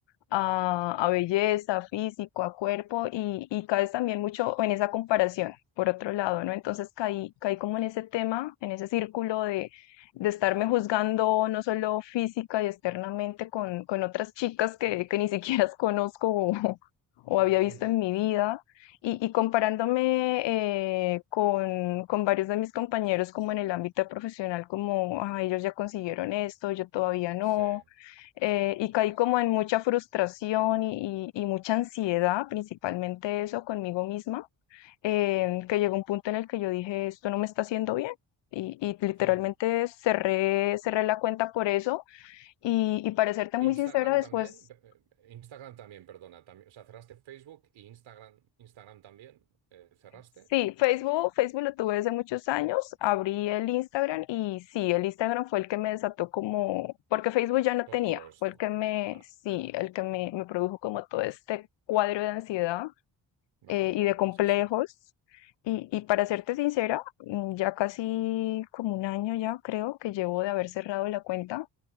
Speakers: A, on the left; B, on the right.
A: a,
B: Mm,
A: a belleza, físico, a cuerpo y, y caes también mucho en esa comparación, por otro lado, ¿no? Entonces caí, caí como en ese tema, en ese círculo de, de estarme juzgando no solo física y externamente con, con otras chicas que, que ni siquiera <laughs> conozco o, o había visto
B: mm.
A: en mi vida. Y, y comparándome eh, con, con varios de mis compañeros como en el ámbito profesional, como, ah, ellos ya consiguieron esto, yo todavía no,
B: Sí,
A: eh,
B: sí,
A: y
B: sí,
A: caí como
B: señor.
A: en mucha frustración y, y- y mucha ansiedad, principalmente eso conmigo misma, eh, que llegó un punto en el que yo dije, esto no me está haciendo bien. Y, y literalmente
B: Hmm.
A: cerré, cerré la cuenta por eso. Y, y para serte muy
B: Instagram
A: sincera, después,
B: también, Pe- eh, Instagram también, perdona, también, o sea, cerraste Facebook y Instagram, Instagram también, eh, cerraste
A: sí, Facebook, Facebook lo tuve desde muchos años, abrí el Instagram y sí, el Instagram fue el que me desató como, porque Facebook ya no
B: To-
A: tenía,
B: todo, esto.
A: fue el que me,
B: Vale,
A: sí, el que me, me produjo como todo este cuadro de ansiedad
B: vale,
A: eh, y
B: vale,
A: de complejos.
B: sí, sí.
A: Y, y para serte sincera, mm, ya casi como un año ya creo que llevo de haber cerrado la cuenta,